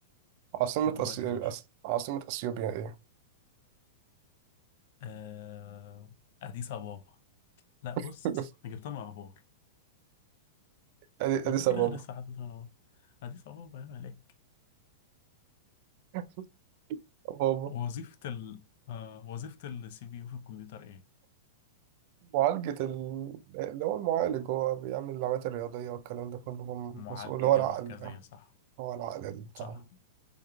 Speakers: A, on the right; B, on the left.
A: عاصمة
B: دورك
A: أسي...
B: يا باشا
A: أس... عاصمة أثيوبيا ايه؟
B: آه... أديس أبابا لأ بص
A: <laughs>
B: أنا جبتها من أخبار
A: أدي
B: أنا
A: أديس
B: فاكرها
A: أبابا
B: لسه حاطط أنا أديس أبابا يا ملاك
A: <laughs> بابا
B: وظيفة ال آه وظيفة السي بي يو في الكمبيوتر ايه؟
A: معالجة ال- اللي هو المعالج هو بيعمل العمليات الرياضية والكلام ده كله هو
B: المعالجة
A: مسؤول هو العقل
B: المركزية
A: آه،
B: صح
A: هو العقل اللي بتاع
B: صح